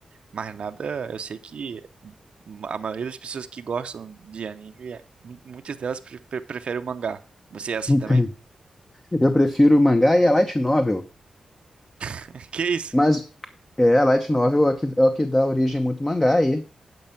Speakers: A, on the right; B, on the left.
A: Mas nada, eu sei que a maioria das pessoas que gostam de anime, é- mu- muitas delas pre- pre- preferem o mangá. Você é assim
B: Não
A: também?
B: tem. Eu prefiro o mangá e a light novel,
A: <laughs> Que isso?
B: mas é, a light novel é o que, é o que dá origem muito mangá aí.